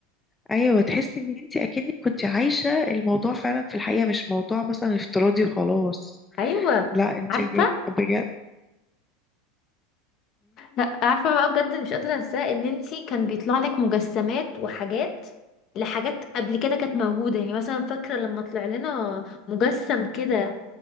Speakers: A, on the left; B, on the left.
A: ايوه تحسي ان انتي اكنك كنت عايشة الموضوع فعلا في الحقيقة مش موضوع مثلا افتراضي وخلاص
B: ايوه
A: لا انتي
B: عارفة
A: بجد
B: لا عارفة بقى بجد مش قادرة انساه ان انتي كان بيطلع لك مجسمات وحاجات لحاجات قبل كده كانت موجودة يعني مثلا فاكرة لما طلع لنا مجسم كده